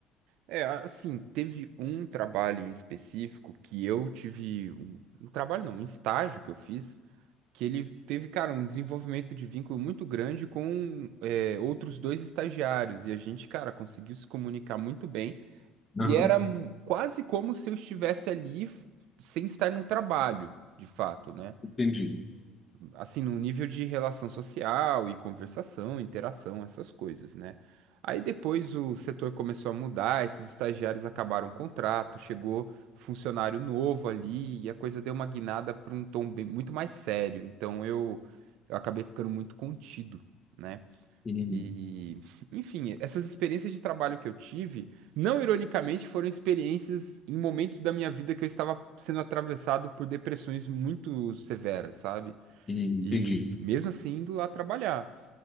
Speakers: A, on the right; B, on the left.
A: É, assim, teve um trabalho em específico que eu tive um, um trabalho não, um estágio que eu fiz, que ele teve, cara, um desenvolvimento de vínculo muito grande com é, outros dois estagiários e a gente, cara, conseguiu se comunicar muito bem e
B: Aham.
A: era hum, quase como se eu estivesse ali f- sem estar num trabalho, de fato, né?
B: Entendi.
A: assim, num nível de relação social e conversação, interação, essas coisas, né? Aí depois o setor começou a mudar, esses estagiários acabaram o contrato, chegou funcionário novo ali e a coisa deu uma guinada para um tom bem, muito mais sério. Então eu, eu acabei ficando muito contido, né?
B: Hum,
A: E, enfim, essas experiências de trabalho que eu tive, não ironicamente, foram experiências em momentos da minha vida que eu estava sendo atravessado por depressões muito severas, sabe?
B: hum,
A: E
B: Entendi.
A: mesmo assim indo lá trabalhar.